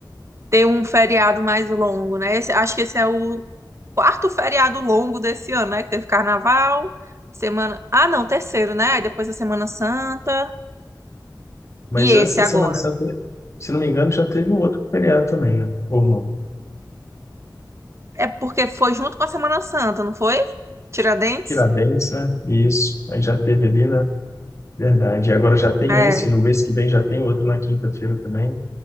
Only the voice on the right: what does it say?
ter um feriado mais longo, né? Esse- acho que esse é o quarto feriado longo desse ano, né? Que teve carnaval, semana. Ah, não, terceiro, né? Aí depois a Semana Santa
e esse
agora.
É porque foi junto com a Semana Santa, não foi? Tiradentes?
É.